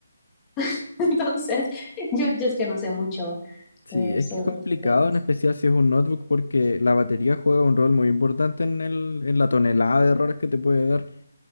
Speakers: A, on the left; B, on the left.
A: <laughs> Entonces, yo, yo es que no sé mucho
B: Sí,
A: eh,
B: es
A: sobre
B: que es complicado,
A: los temas.
B: en especial si es un notebook, porque la batería juega un rol muy importante en el, en la tonelada de errores que te puede dar.